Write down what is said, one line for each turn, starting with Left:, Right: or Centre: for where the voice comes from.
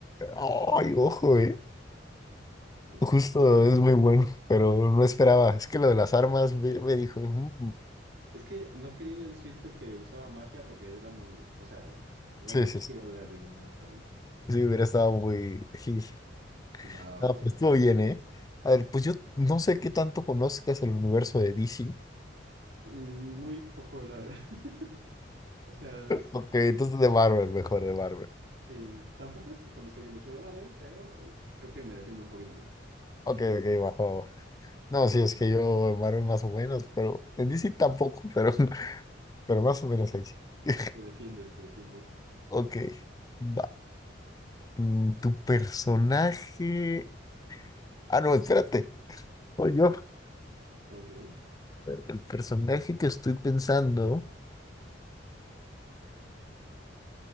Left: Ay, ojo, eh.
Right: Es
Left: Justo
Right: muy bueno.
Left: es
Right: sí.
Left: muy bueno, pero no esperaba. Es que lo de las armas me, me dijo. "Mm".
Right: Es que no quería yo decirte que usaba magia porque era muy, o sea, era
Left: Sí,
Right: muy rápido
Left: sí, sí.
Right: de adivinar, ¿sabes?
Left: Sí, hubiera estado muy. <laughs>
Right: Va, va,
Left: Ah,
Right: va.
Left: pues estuvo bien, ¿eh? A ver, pues yo no sé qué tanto conozcas el universo de DC.
Right: Mm, Muy poco, la verdad. <laughs> O sea, es,
Left: Ok, entonces
Right: es-
Left: de Marvel, mejor, de Marvel.
Right: sí, tampoco es que conozca yo mucho de Marvel, pero eh, creo que me defiendo un poquito más.
Left: Ok, ok, bajo. bajo. No, sí, es que yo en Marvel más o menos, pero en DC tampoco, pero, <laughs> pero más o menos ahí. sí. <laughs>
Right: Te defiendes, te defiendes.
Left: Ok, va. Mm, Tu personaje. Ah, no, espérate. Soy yo.
Right: Ok.
Left: El personaje que estoy pensando